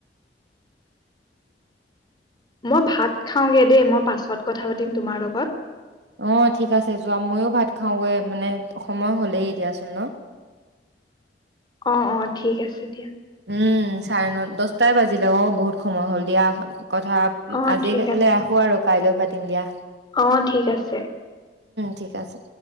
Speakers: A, on the left; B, on the right.
A: মই ভাত খাওঁগে দেই মই পাছত কথা পাতিম তোমাৰ লগত
B: অ ঠিক আছে যোৱা ময়ো ভাত খাওঁগৈ মানে সময় হ'লেই এতিয়াচোন ন
A: অ অ ঠিক আছে দিয়া <inaudible>
B: উম, চাৰে ন দছটাই বাজিলে অ বহুত সময় হ'ল দিয়া হ কথা
A: অ
B: আজি
A: ঠিক
B: কালি
A: আছে
B: আহো আৰু কাইলৈ পাতি তিমদিয়া
A: অ ঠিক আছে
B: ঠিক আছে